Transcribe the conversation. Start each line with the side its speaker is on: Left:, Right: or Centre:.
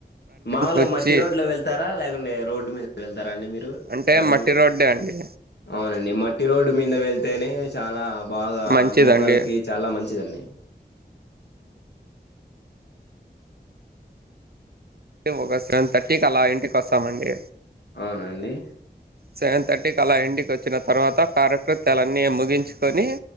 Left: మాముూలుగా
Right: వచ్చి
Left: మట్టి రోడ్ లో వెళ్తారా లేకుంటే రోడ్డు మీద వెళ్దా రండి మీరు
Right: అంటే
Left: రన్నింగ్,
Right: మట్టి రోడ్డే అండి
Left: అవునండి మట్టి రోడ్ మీద వెళ్తేనే చాలా బాగా
Right: మంచిదండి
Left: మోకాళ్ళకి చాలా మంచిదండి
Right: ఒక సెవెన్ థర్టీకి అలా ఇంటికి వస్తామండి
Left: అవునండి
Right: సెవెన్ థర్టీకి అలా ఇంటికి వచ్చిన తర్వాత కారెక్టర్ తలన్నీ ముగించుకొని